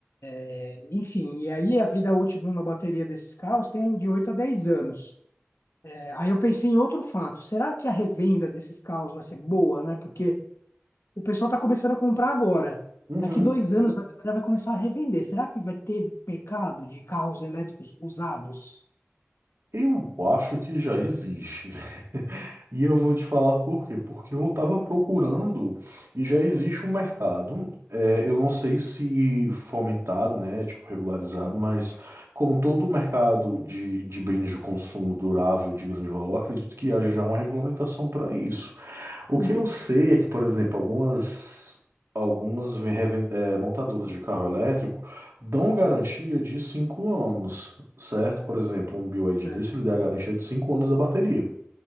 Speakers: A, on the left; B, on the right.
A: É, Enfim, e aí a vida útil de uma bateria desses carros tem de 8 a 10 anos. É, aí eu pensei em outro fato. Será que a revenda desses carros vai ser boa, né? Porque o pessoal está começando a comprar agora.
B: Uhum.
A: Daqui dois anos a galera vai começar a revender. Será que vai ter mercado de carros elétricos usados?
B: Eu acho que já existe. <laughs> E eu vou te falar por quê. Porque eu estava procurando e já existe um mercado. É, eu não sei se fomentado, né? Tipo, regularizado, mas como todo mercado de, de bens de consumo durável de grande valor, acredito que haja já uma regulamentação para isso. O
A: Uhum.
B: que eu sei é que, por exemplo, algumas, algumas reven- eh, montadoras de carro elétrico dão garantia de 5 anos, certo? Por exemplo, um BYD
A: É.
B: desse, ele dá a garantia de 5 anos da bateria,